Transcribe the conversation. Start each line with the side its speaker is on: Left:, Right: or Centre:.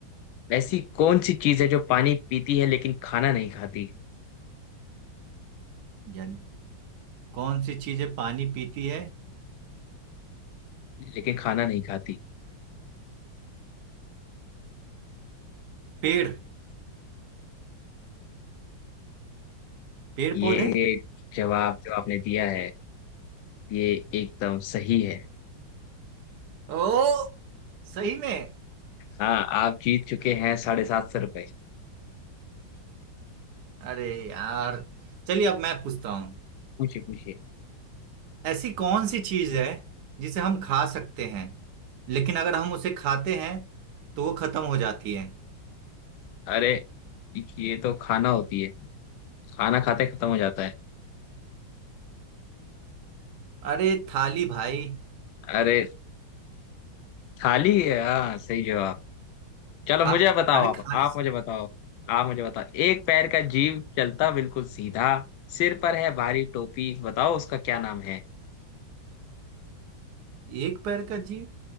Left: ऐसी कौन सी चीज है जो पानी पीती है लेकिन खाना नहीं खाती
Right: यानी कौन सी चीजें पानी पीती है
Left: लेकिन खाना नहीं खाती
Right: पेड़ पेड़
Left: ये
Right: पौधे
Left: जवाब जो आपने दिया है ये एकदम सही है
Right: ओ सही में
Left: हाँ आप जीत चुके हैं साढ़े सात सौ रुपए
Right: अरे यार चलिए अब मैं पूछता हूँ
Left: पूछिए पूछिए
Right: ऐसी कौन सी चीज है जिसे हम खा सकते हैं लेकिन अगर हम उसे खाते हैं तो वो खत्म हो जाती है
Left: अरे ये तो खाना होती है खाना खाते खत्म हो जाता है
Right: अरे थाली भाई
Left: अरे थाली है हाँ सही जवाब चलो
Right: खा
Left: मुझे बताओ
Right: अरे
Left: आप
Right: खाने
Left: आप
Right: से
Left: मुझे बताओ आप मुझे बताओ एक पैर का जीव चलता बिल्कुल सीधा सिर पर है भारी टोपी बताओ उसका क्या नाम है
Right: एक पैर का जीव